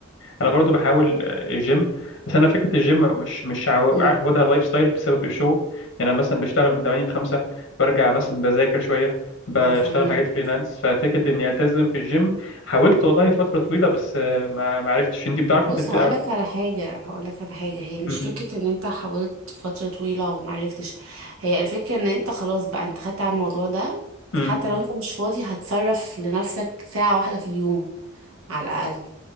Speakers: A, on the left; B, on the right.
A: انا برضو بحاول آه، الجيم بس انا فكره الجيم مش مش عاو-
B: امم
A: عارف اخدها لايف ستايل بسبب الشغل يعني انا مثلا بشتغل من 8 ل 5 برجع مثلا بذاكر شويه بشتغل
B: اه فاهمه
A: حاجات فريلانس ففكره اني التزم في الجيم حاولت والله فتره طويله بس آه، ما ما عرفتش انت بتعرفي
B: بص
A: تت...
B: هقولك على حاجة هقولك على حاجة هي مش
A: امم
B: فكرة ان انت حاولت فترة طويلة ومعرفتش هي الفكرة ان انت خلاص بقى انت خدت على الموضوع ده
A: امم
B: فحتى لو انت مش فاضي هتصرف لنفسك ساعة واحدة في اليوم على الأقل